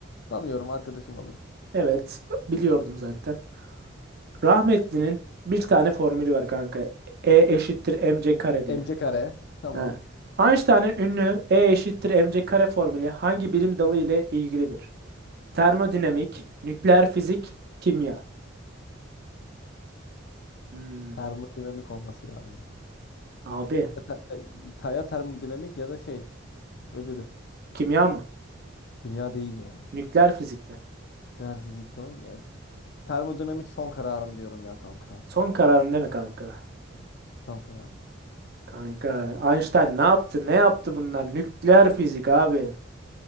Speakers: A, on the left; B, on the right.
A: Tanıyorum arkadaşım olur.
B: Evet, biliyordum zaten. Rahmetli'nin bir tane formülü var kanka. E eşittir mc kare diye.
A: MC kare. Tamam.
B: Ha. Einstein'ın ünlü E eşittir mc kare formülü hangi bilim dalı ile ilgilidir? Termodinamik, nükleer fizik, kimya. Hmm,
A: Termodinamik olması lazım.
B: abi,
A: Ya, ta- ta- ya termodinamik ya da şey öbürü.
B: kimya mı?
A: Kimya değil ya.
B: Nükleer fizik mi?
A: Nükleer fizik doğru ya. Termodinamik son kararım diyorum ya kanka.
B: Son kararın deme kanka.
A: Tam karar.
B: Kanka, Einstein ne yaptı? Ne yaptı bunlar? Nükleer fizik abi.